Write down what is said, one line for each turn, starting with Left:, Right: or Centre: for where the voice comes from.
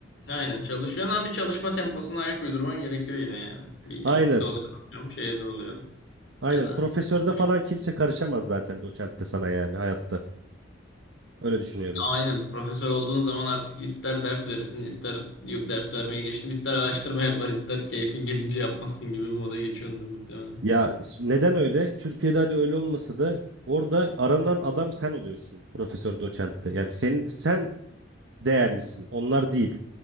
Left: Aynen çalışıyorsun ama bir çalışma temposuna ayak uydurman gerekiyor yine yani. Bir
Right: Aynen.
Left: ekipte oluyor, atıyorum, şeyde oluyor
Right: Aynen.
Left: ya da
Right: Profesörde
Left: <laughs>
Right: falan kimse karışamaz zaten doçentte sana yani hayatta. Öyle düşünüyorum.
Left: Aynen profesör olduğun zaman artık ister ders verirsin, ister yok ders vermeye geçtim, ister araştırma yapar, ister keyfin gelince yapmazsın gibi bir moda geçiyordur muhtemelen.
Right: Ya neden öyle? Türkiye'de hadi öyle olmasa da orada aranan adam sen oluyorsun profesör doçentte. Yani sen sen değerlisin. Onlar değil.